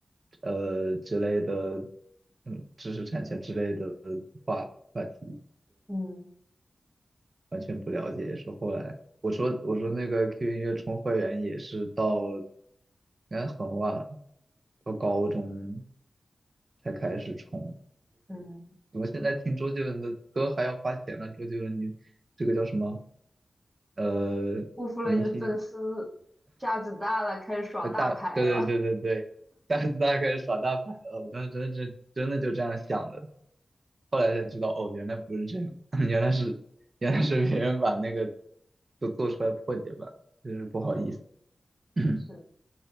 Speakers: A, on the right (about 50°); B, on the right (about 20°).
A: 呃之类的，嗯，知识产权之类的话。话题。
B: 嗯
A: 完全不了解，也是后来我说我说那个 QQ 音乐充会员也是到应该很晚，到高中才开始充。
B: 嗯，
A: 怎么现在听周杰伦的歌还要花钱呢？周杰伦你这个叫什么？呃，
B: 辜负了你的粉丝，
A: 明星
B: 架子大了，开始耍大牌了。
A: 呃大对对对对对，<laughs> 大大开始耍大牌了。我当时真的真真的就这样想的。后来才知道，哦，原来不是这样，<laughs> 原来是原来是别人把那个都做出来破解版，真是不好意思。
B: 嗯，
A: <coughs>
B: 是。